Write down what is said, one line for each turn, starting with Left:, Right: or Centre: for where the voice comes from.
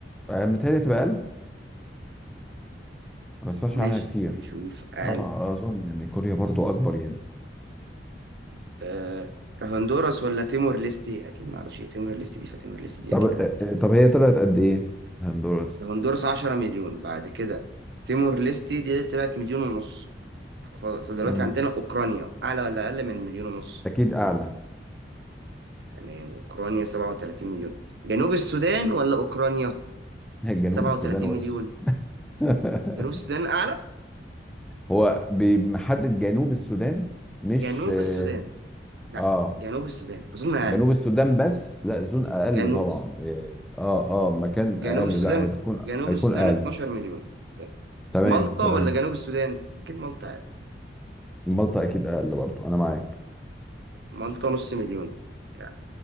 Centre: آه، متهيألي تبقى ما بسمعش
Right: ماشي
Centre: عنها كتير
Right: نشوف أقل
Centre: اه اظن يعني كوريا برضو اكبر يعني
Right: أه هندوراس ولا تيمور ليستي أكيد معرفش إيه تيمور ليستي دي فتيمور ليستي دي
Centre: طب
Right: أكيد
Centre: آه،
Right: أقل
Centre: آه، طب هي طلعت قد ايه هندوراس
Right: هندوراس 10 مليون بعد كده تيمور ليستي دي طلعت مليون ونص ف- فدلوقتي
Centre: امم
Right: عندنا أوكرانيا أعلى ولا أقل من مليون ونص
Centre: اكيد اعلى
Right: تمام أوكرانيا 37 مليون جنوب السودان ولا أوكرانيا
Centre: <laughs> جنوب
Right: 37
Centre: السودان وش
Right: مليون
Centre: <laughs>
Right: جنوب السودان أعلى
Centre: هو بمحدد جنوب السودان مش
Right: جنوب
Centre: اه
Right: السودان لا
Centre: آه،
Right: جنوب السودان أظن أقل
Centre: جنوب السودان بس لا زون اقل
Right: جنوب
Centre: طبعا اه اه آه، مكان
Right: جنوب
Centre: اقل
Right: السودان
Centre: لا هيكون
Right: جنوب
Centre: هيكون
Right: السودان
Centre: اقل
Right: 12 مليون طيب.
Centre: تمام
Right: مالطا
Centre: تمام
Right: ولا جنوب السودان اكيد مالطا يعني.
Centre: مالطا اكيد اقل برضو انا معاك
Right: مالطا نص مليون يعني.